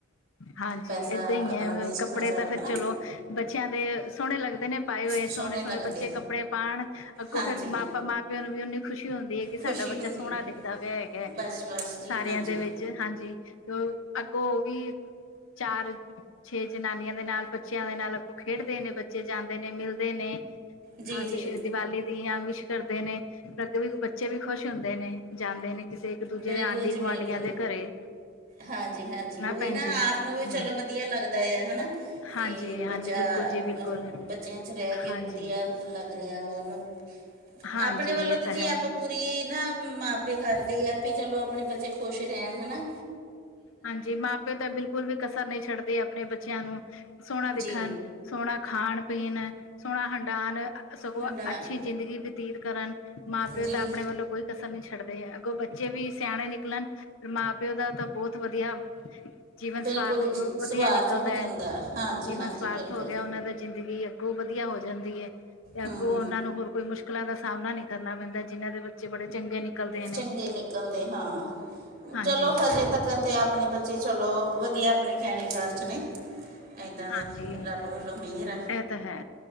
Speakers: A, on the left; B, on the right.
A: ਹਾਂਜੀ,
B: ਪੈਸਾ
A: ਏਦਾਂ ਇ
B: ਆਪਣਾ
A: ਐ,
B: ਵੇਸਟ
A: ਕੱਪੜੇ
B: ਨਾ ਜਾਵੇ
A: ਤਾਂ ਫੇਰ
B: ਹੈਨਾ
A: ਚਲੋ ਬੱਚਿਆਂ ਦੇ ਸੋਹਣੇ ਲੱਗਦੇ ਨੇ ਪਾਏ ਹੋਏ,
B: ਸੋਹਣੇ
A: ਸੋਹਣੇ-ਸੋਹਣੇ
B: ਲੱਗਦੇ
A: ਬੱਚੇ ਕੱਪੜੇ ਪਾਉਣ ਅੱਗੋਂ
B: ਹਾਂਜੀ
A: ਫੇਰ ਮ ਮਾਂ ਪਿਓ ਨੂੰ ਵੀ ਓਨੀ ਖੁਸ਼ੀ ਹੁੰਦੀ ਐ। ਕਿ
B: ਖੁਸ਼ੀ
A: ਸਾਡਾ ਬੱਚਾ
B: ਹੁੰਦੀ
A: ਸੋਹਣਾ ਦਿਖਦਾ ਪਿਆ ਹੈਗਾ,
B: ਬਸ ਬਸ ਜੀ
A: ਸਾਰਿਆਂ
B: ਹਾਂਜੀ
A: ਦੇ ਵਿੱਚ ਹਾਂਜੀ। ਅੱਗੋਂ ਉਹ ਵੀ ਚਾਰ-ਛੇ ਜਨਾਨੀਆਂ ਦੇ ਨਾਲ ਬੱਚਿਆਂ ਦੇ ਨਾਲ ਅੱਗੋਂ ਖੇਡਦੇ ਨੇ ਬੱਚੇ, ਜਾਂਦੇ ਨੇ, ਮਿਲ ਨੇ
B: ਜੀ ਜੀ
A: ਵਿਸ਼ ਦੀਵਾਲੀ ਦੀ ਜਾਂ ਵਿਸ਼ ਕਰਦੇ ਨੇ ਅੱਗੇ ਵੀ ਬੱਚੇ ਵੀ ਖੁਸ਼ ਖੁਸ਼ ਹੁੰਦੇ ਨੇ ਜਾਂਦੇ ਨੇ ਕਿਸੇ ਇੱਕ ਦੂਜੇ
B: ਬਿਲਕੁੱਲ
A: ਦੇ ਆਂਢੀ
B: ਜੀ
A: ਗੁਆਂਢੀਆਂ
B: ਬਿਲਕੁੱਲ।
A: ਦੇ ਘਰੇ
B: ਹਾਂਜੀ-ਹਾਂਜੀ, ਉਹੀ
A: ਭੈਣ
B: ਹਨਾ
A: ਜੀ
B: ਆਪ ਨੂੰ ਵੀ ਚਲੋ
A: ਹਮ
B: ਵਧੀਆ ਲੱਗਦਾ ਆ ਹੈਨਾ, ਤੇ
A: ਹਾਂਜੀ, ਹਾਂਜੀ
B: ਬੱਚਾ
A: ਬਿਲਕੁਲ ਜੀ
B: ਅਹ
A: ਬਿਲਕੁਲ,
B: ਬੱਚਿਆਂ ਚ ਰਹਿ ਕੇ
A: ਹਾਂਜੀ।
B: ਵਧੀਆ ਲੱਗ ਰਿਹਾ ਵਾ ਉਹਨੂੰ,
A: ਹਾਂਜੀ
B: ਆਪਣੇ ਵੱਲੋਂ
A: ਇਹ
B: ਤਾਂ ਜੀ
A: ਹੈ,
B: ਆਪ ਪੂਰੀ ਨਾ ਮਾਂਪੇ ਕਰਦੇ ਆ ਵੀ ਚਲੋ ਆਪਣੇ ਬੱਚੇ ਖੁਸ਼ ਰਹਿਣ ਹੈਨਾ।
A: ਹਾਂਜੀ, ਮਾਂ ਪਿਓ ਤਾਂ ਬਿਲਕੁਲ ਵੀ ਕਸਰ ਨਹੀਂ ਛੱਡਦੇ ਆਪ ਆਪਣੇ ਬੱਚਿਆਂ ਨੂੰ ਸੋਹਣਾ ਦਿਖਣ,
B: ਜੀ
A: ਸੋਹਣਾ ਖਾਣ ਪੀਣ, ਸੋਹਣਾ ਹ ਹੰਡਾਨ, ਸਗੋਂ
B: ਹੰਡਾਣ
A: ਅੱਛੀ ਜ਼ਿੰਦਗੀ ਬਤੀਤ ਕਰਨ, ਮਾਂ ਪਿਓ
B: ਜੀ
A: ਤਾਂ ਆਪਣੇ ਵੱਲੋਂ ਕੋਈ ਕਸਰ ਨੀ ਛੱਡਦੇ ਏ, ਅੱਗੋਂ ਬੱਚੇ ਵੀ ਸਿਆਣੇ ਨਿਕਲਣ ਫੇਰ ਮਾਂ ਪਿਓ ਦਾ ਤਾਂ ਬਹੁਤ ਵਧੀਆ। ਜੀਵਨ
B: ਬਿਲਕੁਲ
A: ਸਵਾਰਥ
B: ਜੀ ਸਵਾਰਥ
A: ਵਧੀਆ ਨਿਕਲਦਾ
B: ਹੋ
A: ਐ,
B: ਜਾਂਦਾ ਹਾਂਜੀ
A: ਜੀਵਨ
B: ਹਾਂਜੀ
A: ਸਵਾਰਥ
B: ਬਿਲਕੁਲ
A: ਹੋ ਗਿਆ ਉਹਨਾਂ ਦਾ ਜ਼ਿੰਦਗੀ ਕੋ ਵਧੀਆ ਹੋ ਜਾਂਦੀ ਐ,
B: ਹੂੰ
A: ਅੱਗੋਂ ਉਹਨਾਂ ਨੂੰ ਹੋਰ ਕੋਈ ਮੁਸ਼ਕਿਲਾਂ ਦਾ ਸਾਹਮਣਾ ਨਈ ਕਰਨਾ ਪੈਂਦਾ, ਜਿਹਨਾਂ ਬ ਬੜੇ ਚੰਗੇ ਨਿਕਲਦੇ ਨੇ
B: ਚੰਗੇ ਨਿਕਲਦੇ ਹਾਂ,
A: ਹਾਂਜੀ,
B: ਚਲੋ ਹਜੇ ਤੱਕ ਤੇ ਆਪਣੇ ਬੱਚੇ ਚਲੋ ਵਧੀਆ ਆਪਣੇ ਕਹਿਣੇ ਕਾਰ ਚ ਨੇ ਏਦਾਂ
A: ਹਾਂਜੀ
B: ਦਾ ਰੱਬ ਰੱਬ ਵੱਲੋਂ ਮਿਹਰ ਐ।
A: ਇਹ ਤਾਂ ਹੈ